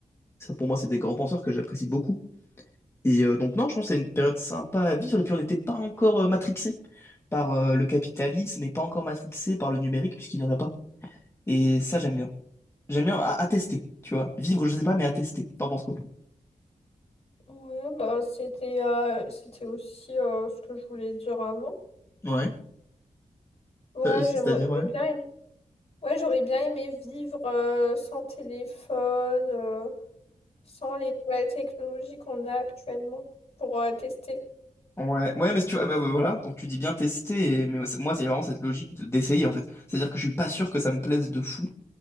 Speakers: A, on the left; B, on the left.
A: Ça, pour moi, c'est des grands penseurs que j'apprécie beaucoup. Et euh, donc, non, je pense que c'est une période sympa à vivre, et puis on n'était pas encore euh, matrixé par euh, le capitalisme, et pas encore matrixé par le numérique, puisqu'il n'y en a pas. Et ça, j'aime bien. J'aime bien à, à tester, tu vois. Vivre, je sais pas, mais à tester. T'en penses quoi?
B: Ouais, bah c'était euh, c'était aussi euh, ce que je voulais dire avant.
A: Ouais,
B: Ouais,
A: Euh, c'est-à-dire,
B: j'aimerais j'aurais
A: ouais.
B: bien aimé... Ouais, j'aurais bien aimé vivre euh, sans téléphone, euh, sans les nouvelles technologies qu'on a actuellement pour euh, tester.
A: Ouais, ouais, mais si tu vois, bah, bah, voilà, donc tu dis bien tester, et... mais moi, c'est moi, c'est vraiment cette logique de- d'essayer en fait. C'est-à-dire que je suis pas sûr que ça me plaise de fou,